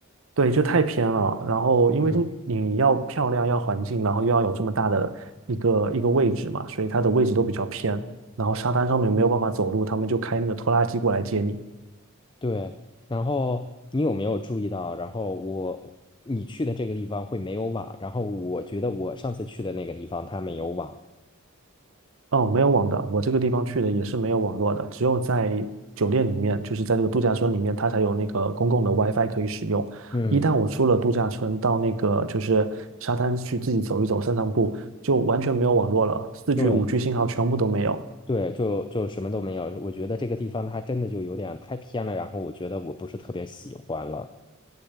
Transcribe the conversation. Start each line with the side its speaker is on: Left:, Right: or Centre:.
Right: 对，就太偏了。然后因为这你要漂亮，
Left: 嗯，
Right: 要环境，然后又要有这么大的一个一个位置嘛，所以它的位置都比较偏。然后沙滩上面没有办法走路，他们就开那个拖拉机过来接你。
Left: 对。然后你有没有注意到？然后我你去的这个地方会没有网，然后我觉得我上次去的那个地方它没有网。
Right: 哦，没有网的，我这个地方去的也是没有网络的，只有在酒店里面，就是在这个度假村里面，它才有那个公共的 WiFi 可以使用。
Left: 嗯，
Right: 一旦我出了度假村，到那个就是沙滩去自己走一走、散散步，就完全没有网络了四 g
Left: 对
Right: 五 g 信号全部都没有。
Left: 对，就就什么都没有。我觉得这个地方它真的就有点太偏了，然后我觉得我不是特别喜欢了。